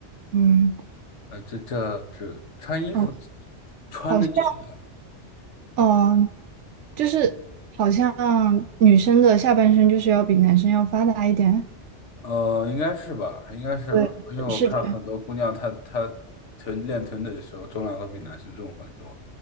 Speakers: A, on the right; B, on the left.
A: 嗯。
B: 呃，这这是穿衣服
A: 哦
B: 穿得起。
A: 好像，嗯，就是好像女生的下半身就是要比男生要发达一点。
B: 呃，应该是吧，应该是吧，
A: 对，
B: 因为我看很多姑娘她，
A: 是的，
B: 她臀练臀腿的时候，重量都比男生重很多，